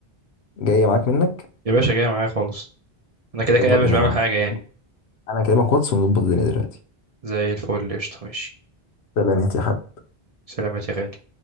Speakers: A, on the left (about 80°); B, on the right (about 45°).
A: جايه معاك منك
B: يا باشا جاي معايا خالص انا كده كده
A: يلا
B: مش
A: بينا
B: بعمل
A: يا معلم
B: حاجه يعني
A: انا كلامك واتس ونظبط الدنيا دلوقتي
B: زي الفل قشطة ماشي
A: سلامات يا حبيبي
B: سلامات يا غالي